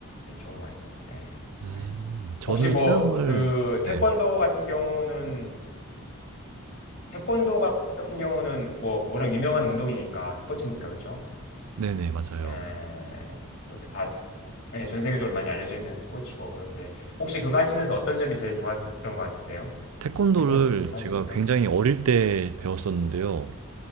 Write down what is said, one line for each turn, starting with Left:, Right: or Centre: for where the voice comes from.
Left: 예, 좋은 것 같습니다. 예.
Right: 음,
Left: 예.
Right: 저는
Left: 혹시 뭐
Right: 수영을,
Left: 그
Right: 네.
Left: 태권도 같은 경우는 태권도 같은 경우는 뭐 워낙 유명한 운동이니까 스포츠니까 그렇죠?
Right: 네네, 맞아요.
Left: 예. 뭐다 예, 전 세계적으로 많이 알려져 있는 스포츠고 그런데 혹시 그거 하시면서 어떤 점이 제일 좋았던 것 같으세요?
Right: 태권도를
Left: 태권, 태권도를
Right: 제가
Left: 하시니까.
Right: 굉장히 어릴 때 배웠었는데요.